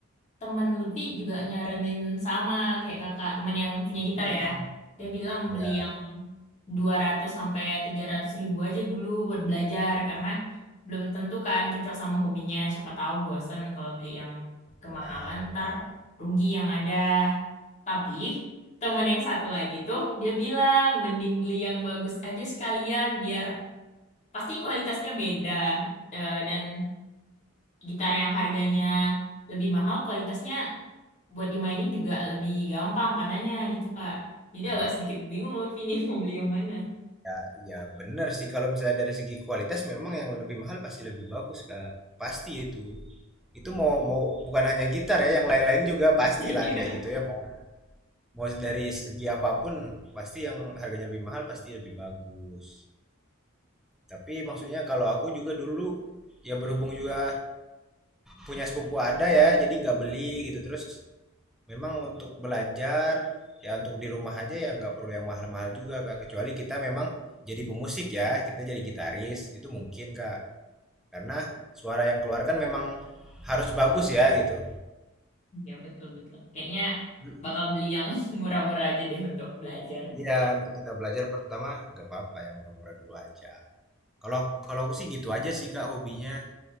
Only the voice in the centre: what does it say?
Hmm.
ya
Ya, bener.
Ya,
ya, ya, bener sih kalau misalnya dari segi kualitas memang yang lebih mahal pasti lebih bagus, Kak. Pasti itu. Itu mau mau bukan hanya gitar ya, yang lain-lain juga pastilah
kayak gitu ya. Mau, mau dari segi apapun pasti yang harganya lebih mahal pasti lebih bagus. Tapi maksudnya kalau aku juga dulu ya berhubung juga punya sepupu ada ya, jadi nggak beli gitu terus Memang untuk belajar, ya untuk di rumah aja ya nggak perlu yang mahal-mahal juga Kak. Kecuali kita memang jadi pemusik ya, kita jadi gitaris, itu mungkin Kak. Karena suara yang keluar kan memang harus bagus ya gitu.
Mm,
Iya, untuk kita belajar pertama nggak apa-apa yang murah-murah dulu aja. Kalau kalau aku sih gitu aja sih Kak hobinya.